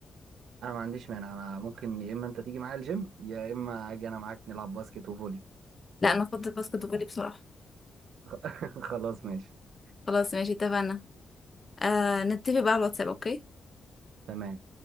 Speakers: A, on the right (about 80°); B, on the left (about 30°).
A: انا ما عنديش مانع انا ممكن يا اما انت تيجي معايا الجيم يا اما اجي انا معاك نلعب باسكت وفولي
B: لا انا افضل باسكت فولي بصراحة
A: <laughs> خلاص ماشي
B: خلاص ماشي اتفقنا آه نتفق بقى على الواتساب اوكي
A: تمام